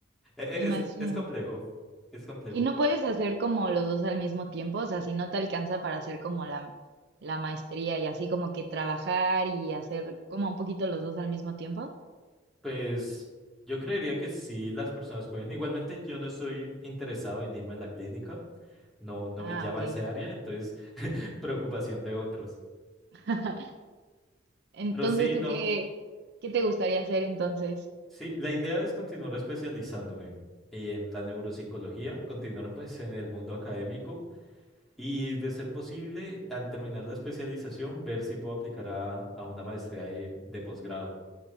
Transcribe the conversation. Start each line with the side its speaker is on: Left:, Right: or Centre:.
Centre: e-
Right: me imagino.
Centre: es, es complejo, es complejo.
Right: Y no puedes hacer como los dos al mismo tiempo, o sea, si no te alcanza para hacer como la, la maestría y así como que trabajar y hacer como un poquito los dos al mismo tiempo.
Centre: Pues yo creería que sí, las personas pueden. Igualmente yo no estoy interesado en irme a la clínica, no, no
Right: Ah,
Centre: me llama
Right: ok.
Centre: ese área, entonces <laughs> preocupación de otros.
Right: <laughs> Entonces,
Centre: Pero sí,
Right: ¿tú
Centre: no.
Right: qué, qué te gustaría hacer entonces?
Centre: Sí, la idea es continuar especializándome en la neuropsicología, continuar pues en el mundo académico y de ser posible, al terminar la especialización, ver si puedo aplicar a, a una maestría de, de posgrado.